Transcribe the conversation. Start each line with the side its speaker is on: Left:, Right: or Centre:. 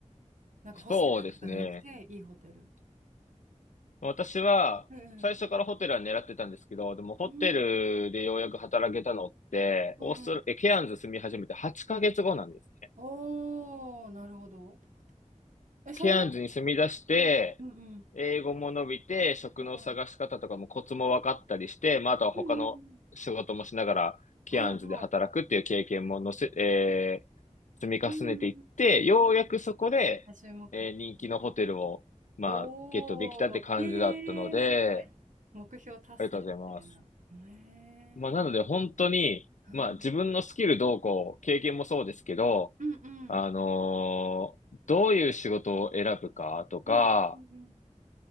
Right: なんかホステルとかじゃなくて、
Left: そうですね。
Right: いいホテル。
Left: 私は、
Right: うんうん。
Left: 最初からホテルは狙ってたんですけど、でもホテルでようやく働けたのって、
Right: うんうんうん。
Left: オーストラ、え、ケアンズ住み始めて8ヶ月後なんですね。
Right: おお、なるほど。え、それま
Left: ケアンズに住み出して、
Right: でも、うんうん。
Left: 英語も伸びて、職の探し方とかもコツも分かったりして、
Right: ええ。
Left: まあ、あとは他の仕事もしながら、
Right: うんうんうん。
Left: ケアンズで働くっていう経験ものせ、
Right: はいはい。
Left: えー積み重ねていって、
Right: うん
Left: ようやくそこで、
Right: うん。注目的。
Left: えー人気のホテルを、まあ、
Right: おー、
Left: ゲットできたって感じだったので、
Right: へえー、すごい。目標達成みたいな。
Left: ありがとうございます。
Right: へえー、
Left: まあ、なので本当に、
Right: うん
Left: まあ、自分のスキルどうこう、経験もそうですけど、
Right: うんうん。
Left: あのーどういう仕事を選ぶかとか、
Right: うんうん